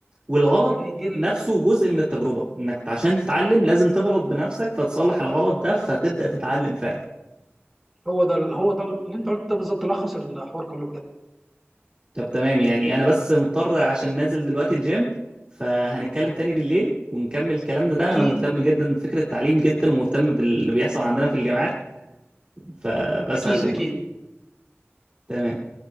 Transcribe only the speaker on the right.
والغلط
نفسه جزء من التجربة انك عشان تتعلم لازم تغلط بنفسك فتصلح الغلط ده فتبدأ تتعلم فعلا
طب تمام يعني انا بس مضطر عشان نازل دلوقتي الجيم فهنتكلم تاني بالليل ونكمل كلامنا ده
انا مهتم جدا بفكرة التعليم جدا ومهتم باللي بيحصل عندنا في الجامعات فبس
عشان
مضطر تمام